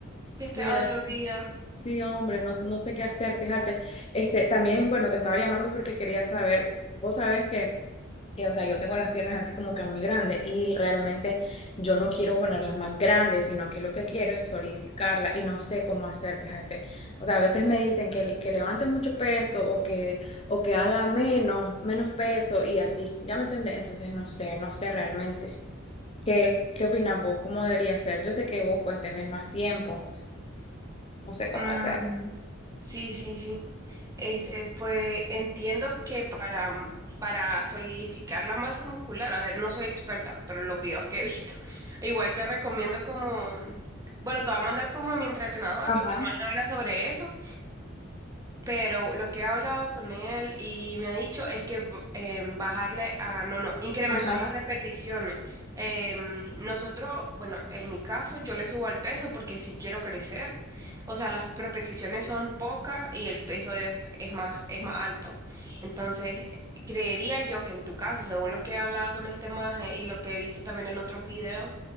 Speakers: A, on the right (about 15°); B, on the left (about 30°).
A: que esté
B: vieras.
A: adolorida.
B: Sí, hombre, no, no sé qué hacer, fíjate. Este, también, bueno, te estaba llamando porque quería saber, vos sabes que, que, o sea, yo tengo las piernas así como que muy grandes y realmente yo no quiero ponerlas más grandes, sino que lo que quiero es solidificarlas y no sé cómo hacer, fíjate. O sea, a veces me dicen que, que levante mucho peso o que, o que haga menos, menos peso y así, ¿ya me entendés? Entonces, no sé, no sé realmente. ¿Qué, qué opinas vos? ¿Cómo debería ser? Yo sé que vos pues tenés más tiempo. No sé cómo
A: Mm,
B: hacer.
A: sí, sí, sí. Este, pues entiendo que para, para solidificar la masa muscular, a ver, no soy experta, pero los videos que he visto, <laughs> igual te recomiendo como, bueno, te voy a mandar como a mi entrenador,
B: Ajá.
A: porque él más habla sobre eso. Pero lo que he hablado con él y me ha dicho es que b- em, bajarle a, no, no, incrementar
B: Ajá.
A: las repeticiones. Em, nosotros, bueno, en mi caso, yo le subo al peso porque si quiero crecer. O sea, las repeticiones son pocas y el peso es, es más, es más alto. Entonces, creería yo que en tu caso, según lo que he hablado con este maje y lo que he visto también en otros videos,